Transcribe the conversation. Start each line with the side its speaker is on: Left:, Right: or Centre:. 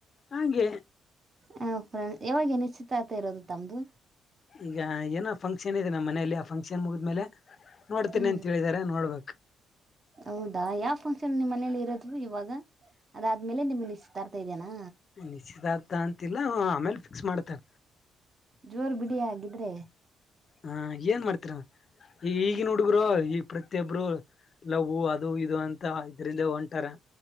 Left: ಹಂಗೆ
Right: ಹ ಫ್ರಂಡ್ ಯಾವಾಗ ನಿಶ್ಚಿತಾರ್ತ್ ಇರೋದು ತಮ್ದು
Left: ಈಗ ಏನೋ ಫಂಕ್ಷನ್ ಇದೆ ನಮ್ಮ ಮನೆಯಲ್ಲಿ ಆ ಫಂಕ್ಷನ್ ಮುಗಿದ್ಮೇಲೆ ನೋಡ್ತೀನಿ
Right: ಹ್ಮ
Left: ಅಂತ ಹೇಳಿದಾರೆ ನೋಡ್ಬೇಕು
Right: ಹೌದಾ ಯಾ ನಿಮ್ಮ ಮನಲಿ ಇರೋದು ಇವಾಗಾ. ಅದಾದ್ಮೇಲೆ ನಿಮ್ ನಿಶ್ಚಿತಾರ್ತಾ ಇದೇನಾ.
Left: ನಿಶ್ಚಿತಾರ್ಥ ಅಂತಿಲ್ಲ ಆಮೇಲೆ ಫಿಕ್ಸ್ ಮಾಡ್ತಾರ
Right: ಜೋರ್ ಬಿಡಿ ಆಗಿದ್ರೆ.
Left: ಹ ಏನ್ ಮಾಡ್ತೀರಾ ರ ಈ ಈಗಿನ ಹುಡ್ಗರು ಈಗ ಪ್ರತಿಯೊಬ್ರು ಲವು ಅದು ಇದು ಅಂತ ಇದರಿಂದ ಹೊಂಟಾರ